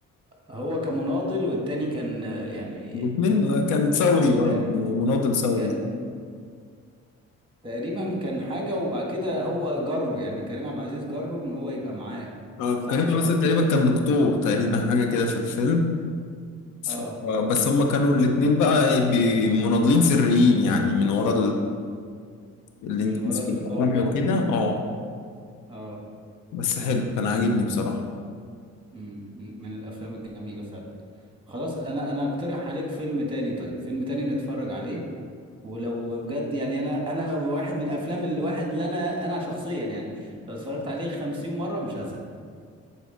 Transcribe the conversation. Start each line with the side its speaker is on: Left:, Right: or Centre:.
Right: هو كمناضل والتاني كان آه، يعني
Left: الاثنين كان ثوري
Right: ش- ش-
Left: برضه مناضل ثوري
Right: كان تقريبا كان حاجة وبعد كده هو جره يعني كريم عبد العزيز جره ان هو يبقى معاه
Left: آه،
Right: صح
Left: كريم عبد
Right: كده
Left: العزيز تقريبا كان دكتور تقريبا حاجه كده في الفيلم ف-
Right: اه
Left: آه، بس هما كانوا الاثنين بقى بي- مناضلين سريين يعني من ورا الانجليزي
Right: من ورا النظام
Left: الحكومي
Right: يعني
Left: وكده اه
Right: اه
Left: بس حلو كان عاجبني بصراحة
Right: مم. من الافلام الجميلة فعلا خلاص انا انا اقترح عليك فيلم تاني طيب فيلم تاني نتفرج عليه ولو بجد يعني انا انا واحد من الافلام اللي واحد اللي انا انا شخصيا يعني لو اتفرجت عليه خمسين مرة مش هزهق